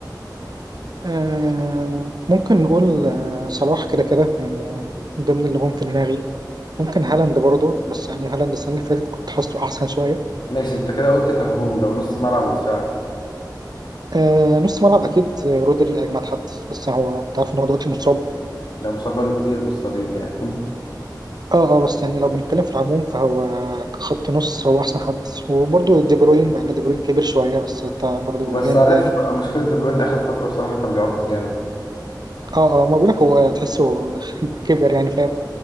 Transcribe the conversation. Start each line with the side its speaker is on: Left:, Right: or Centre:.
Right: آه ممكن نقول آه، صلاح كده كده يعني ضمن اللي جم في دماغي ممكن هالاند برضه بس يعني هالاند السنة اللي فاتت كنت حاسه أحسن شوية
Left: ماشي انت كده قلت كهجوم لو نص ملعب ودفاع
Right: آه نص ملعب أكيد رودري أجمد حد بس هو تعرف إن هو دلوقتي مصاب
Left: ده مصاب بقاله كتير بالصليب يعني
Right: اه اه بس يعني لو بنتكلم في العموم فهو كخط نص هو أحسن حد وبرضه دي بروين مع إن دي بروين كبر شوية بس تا- برضه
Left: <laughs> بس
Right: جامد
Left: عارف
Right: يعني
Left: مشكله دي بروين اخر فتره بصراحه كان بيعك جامد
Right: اه اه ما بقولك هو تحسه <laughs> كبر يعني فاهم